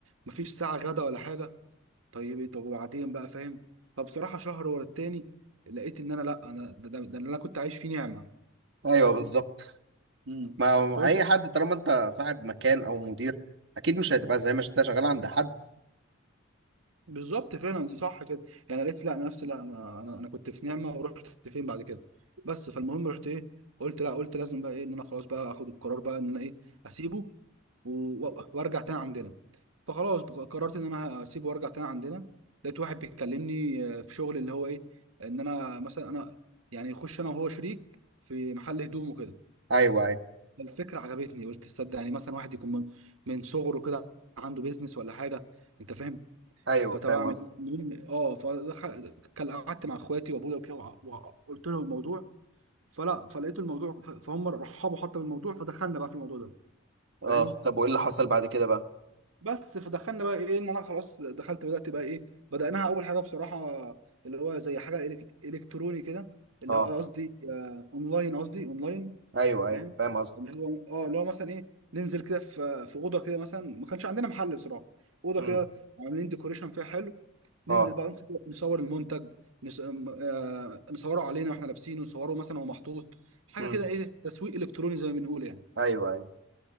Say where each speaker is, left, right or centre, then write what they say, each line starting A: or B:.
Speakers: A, on the right; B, on the right.
A: مفيش ساعه غدا ولا حاجه طيب إيه- طب وبعدين بقى فاهم فبصراحه شهر ورا التاني لقيت ان انا لا انا ده, ده, ده اللي انا كنت عايش فيه نعمه
B: ايوه
A: فاهم
B: بالظبط
A: امم
B: ما ما
A: فقلت
B: اي حد طالما انت صاحب مكان او مدير اكيد مش هتبقى زي ما انت شغال عند حد
A: بالظبط فعلا صح كده يعني قالت لا نفسي لا انا انا انا كنت في نعمه ورحت فين بعد كده بس فالمهم رحت ايه قلت لا قلت لازم بقى ايه ان انا خلاص بقى اخد القرار بقى ان انا ايه اسيبه و- و- وارجع تاني عندنا فخلاص بق- قررت ان انا هسيبه وارجع تاني عندنا لقيت واحد بيكلمني آه، في شغل اللي هو ايه ان انا مثلا انا يعني يخش انا وهو شريك في محل هدوم وكده
B: ايوه ايوه
A: الفكره عجبتني قلت تصدق يعني مثلا واحد يكون من من صغره كده عنده بيزنس ولا حاجه انت فاهم
B: ايوه
A: فطبعا
B: فاهم
A: اعمل
B: قصدك
A: إيه؟ المهم اه فدخل كان قعدت مع اخواتي وابويا وكده وع- وقلت لهم الموضوع فلا فلقيت الموضوع ف- فهم رحبوا حتى بالموضوع فدخلنا بقى في الموضوع ده
B: اه
A: فاهم
B: طب وايه اللي حصل بعد كده بقى
A: بس فدخلنا بقى ايه ان انا خلاص دخلت بدات بقى ايه بدأناها اول حاجه بصراحه اللي هو زي حاجه إلك- الكتروني كده اللي
B: اه
A: هو قصدي آه، اونلاين قصدي اونلاين
B: ايوه
A: فاهم
B: ايوه فاهم قصدك
A: اللي هو اه اللي هو مثلا ايه ننزل كده في في اوضه كده مثلا ما كانش عندنا محل بصراحه اوضه
B: امم
A: كده عاملين ديكوريشن فيها حلو ننزل
B: اه
A: بقى نصور نصور المنتج نس... م- آه، نصوره علينا واحنا لابسينه نصوره مثلا وهو محطوط حاجه
B: امم
A: كده ايه تسويق الكتروني زي ما بنقول يعني
B: ايوه ايوه